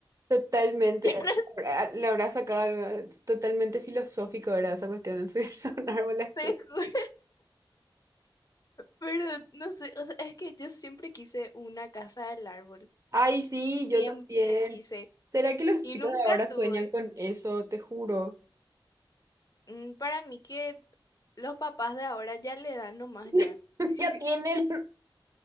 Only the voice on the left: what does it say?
<laughs> Yo no
sé,
te juro. Pero no sé, o sea, es que yo siempre quise una casa del árbol,
siempre
quise
y
nunca
tuve.
Mm, Para mí que los papás de ahora ya le dan nomás
ya, <laughs>